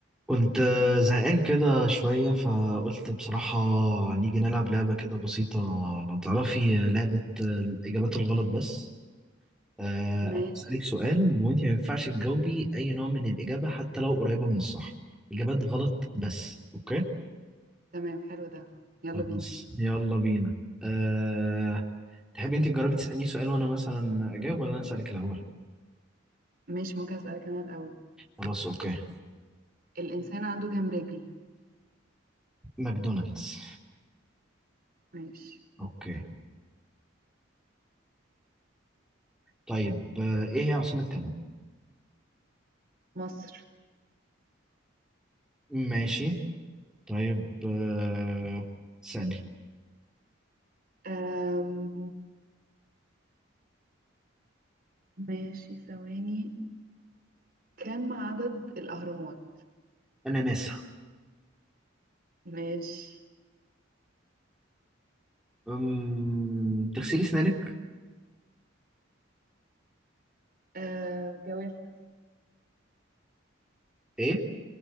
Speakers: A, in the centre; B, on the right (about 50°).
A: كنت آه، زهقان كده شوية فقلت بصراحة نيجي نلعب لعبة كده بسيطة لو تعرفي آه، لعبة آه، الإجابات الغلط بس آه،
B: ماشي
A: أنا هسألك سؤال وأنت ما ينفعش تجاوبي أي نوع من الإجابة حتى لو قريبة من الصح إجابات غلط بس أوكي
B: تمام حلو ده يلا
A: خلاص
B: بينا
A: يلا بينا أه... تحبي أنت تجربي تسألني سؤال وأنا مثلا أجاوب ولا أنا أسألك الأول
B: ماشي ممكن أسألك أنا الأول
A: خلاص أوكي
B: الإنسان عنده كام رجل
A: ماكدونالدز
B: ماشي
A: أوكي طيب آه، إيه هي عاصمة كندا
B: مصر
A: ماشي طيب آه، ثانية
B: أم... ماشي ثواني كم عدد الأهرامات
A: أنا ناسا
B: ماشي
A: أم... تغسلي سنانك
B: أه... جوافة
A: إيه؟